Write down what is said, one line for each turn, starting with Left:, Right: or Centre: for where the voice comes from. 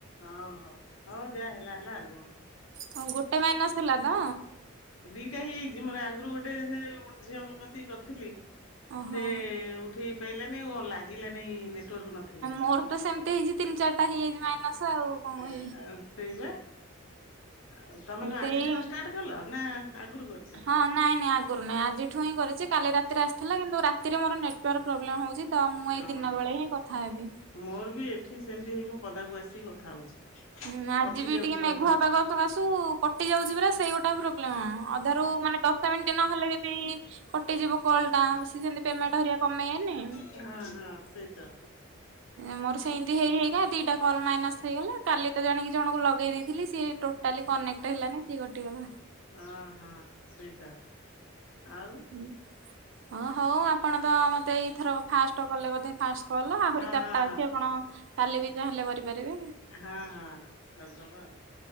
Left: ଓହୋ ହଉ ଯା ହେଲା ହେଲା ଆଉ କୁଅ?
Right: ହଁ, ଗୋଟେ ମାଇନ୍ସ ଥିଲା ତ?
Left: ଦିଟା ହେଇ ଜାଇଚି ମୋର ଆଗୁରୁ ଗୋଟେ ସେ ଗୋଟେ ଝିଅଙ୍କ କତିକି କରଥିଲି।
Right: ଓହୋ।
Left: ସେ ଉ ଉଠେଇ ପାଇଲା ନେଇ ଅ ଲାଗିଲାନି ନେଟୱାର୍କ୍ ନ ଥିଲା
Right: ମୋର ତ ସେମିତି ହେଇଛି ତିନି ଚାରିଟା ହେଇଯାଇଛି ମାଇନସ୍ ଆଉ କଣ
Left: ଏ
Right: କହିବି।
Left: ଆଉ ସେଇବା। ଆଉ ତମେ କଣ
Right: ସେଇ
Left: ଆଜି ଠାରୁ ଷ୍ଟାର୍ଟ କଲ ନା ଆଗୁରୁ କରିଚ?
Right: ହଁ ନାଇଁ ନାଇଁ ଆଗରୁ ନାହିଁ ଆଜିଠୁ ହିଁ କରିଛି କାଲି ରାତିରେ ଆସିଥିଲା କିନ୍ତୁ ରାତିରେ ମୋର ନେଟୱାର୍କ ପ୍ରୋବ୍ଲେମ ହଉଛି। ତ ମୁଁ
Left: ହଁ
Right: ଏଇ ଦିନ ବେଳେ ହିଁ କଥା ହେବି।
Left: ମୋର ବି ଏଠି ସେମିତି ହେଇ ମୁଁ ପଦାକୁ ଆସିକି କଥା ହଉଛି।
Right: ହୁଁ ଆଜି
Left: କଟି
Right: ବି
Left: ଯାଉଛି
Right: ଟିକେ ମେଘୁଆ
Left: ଅଧାରୁ
Right: ପାଗ ସକାସୁ କଟି ଯାଉଛି ପରା ସେଇ ଗୋଟା ପ୍ରୋବ୍ଲେମ ହଁ ଅଧାରୁ ମାନେ ଦଶ ମିଣ୍ଟି ନହେଲେ ଯଦି କଟିଯିବ କଲ୍ ଟା ସିଏ ସେମିତି ପେମେଣ୍ଟ ହେରିକା କମେଇବେନି।
Left: ହଁ, ହଁ, ସେଇ ତ।
Right: ମୋର ସେମିତି ହେଇ ହେଇ କା ଦିଟା କଲ୍ ମାଇନସ୍। ହେଇଗଲା କାଲି ତ ଜାଣିକି ଜଣଙ୍କୁ ଲଗେଇ ଦେଇଥିଲି, ସିଏ ଟୋଟାଲି କନେକ୍ଟ ହେଲାନି। ସିଏ କଟିଗଲା।
Left: ଅ, ହଁ, ସେଇଟା ଆଉ?
Right: ଉଁ, ହଁ, ହଉ ଆପଣ ତ ମତେ ଏଇ ଥରକ ଫାଷ୍ଟ କଲେ ବୋଧେ ଫାଷ୍ଟ କଲ ଆହୁରି
Left: ହଁ
Right: ଚାରିଟା
Left: ହଁ ହଁ।
Right: ଅଛି ଆପଣ କାଲି ବି ଚାହିଁଲେ କରିପାରିବେ।
Left: ହଁ, ହଁ, ହଁ, କରିଦବା ଆଉ।